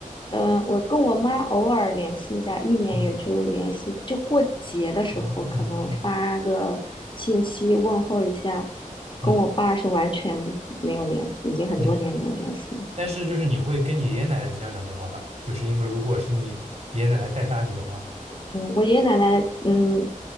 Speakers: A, on the left; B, on the right.
A: 嗯、我跟我妈偶尔联系一下，一年也就联系个，
B: 嗯
A: 就过节的时候可能发个信息问候一下，
B: 嗯嗯嗯嗯
A: 跟我爸是完全没有联系，已经很多年没有联系了。
B: 嗯。但是就是你会跟你爷爷奶奶经常打电话吧？就是因为如果是你爷爷奶奶带大你的话，
A: 嗯，我爷爷奶奶，嗯，